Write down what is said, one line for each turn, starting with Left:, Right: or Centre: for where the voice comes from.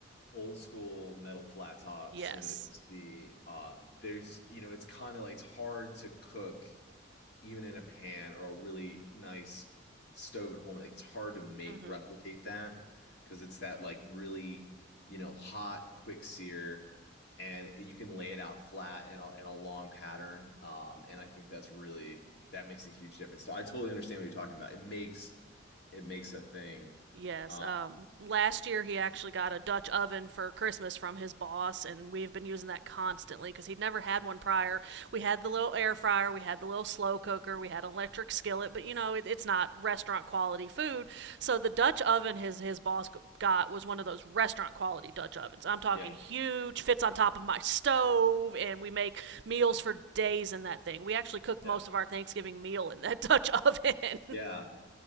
Left: old school metal flat tops,
Right: Yes.
Left: you know, you can see um there's, you know, it's kind of like it's hard to cook even in a pan or a really nice stove at home. Like it's hard to make
Right: Mm-hmm.
Left: replicate that because it's that like really, you know, hot quick sear and you can lay it out flat in a, in a long pattern. Um, and I think that's really that makes a huge difference. So I totally understand what you're talking about. It makes it makes a thing.
Right: Yes.
Left: Um,
Right: Um, last year he actually got a Dutch oven for Christmas from his boss, and we've been using that constantly because he'd never had one prior. We had the little air fryer, we had the little slow cooker, we had an electric skillet, but you know it, it's not restaurant quality food. So the Dutch oven his his boss got was one of those restaurant quality Dutch ovens. I'm talking
Left: yeah,
Right: huge, fits on top of my stove, and we make meals for days in that thing. We actually cooked
Left: yeah,
Right: most of our Thanksgiving meal in that Dutch oven.
Left: yeah.